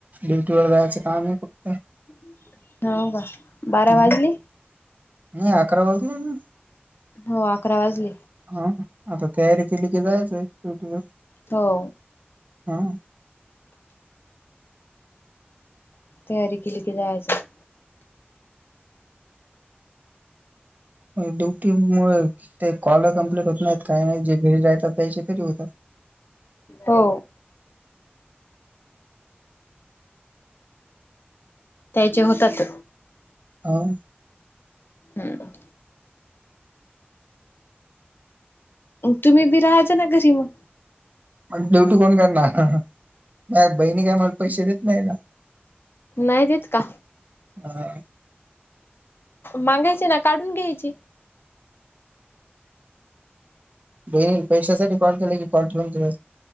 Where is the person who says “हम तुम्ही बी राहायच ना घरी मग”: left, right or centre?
Left